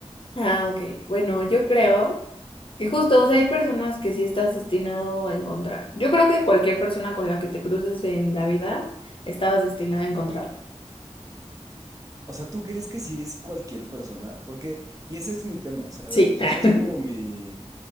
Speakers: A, on the left; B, on the right.
A: Ah, ok. Bueno, yo creo Y justo, o sea, hay personas que sí estás destinado a encontrar. Yo creo que cualquier persona con la que te cruces en la vida, estabas destinada a encontrarla.
B: O sea, ¿tú crees que sí es cualquier persona? Porque, y ese es mi tema, ¿sabes?
A: Sí.
B: O sea,
A: <laughs>
B: ese es como mi,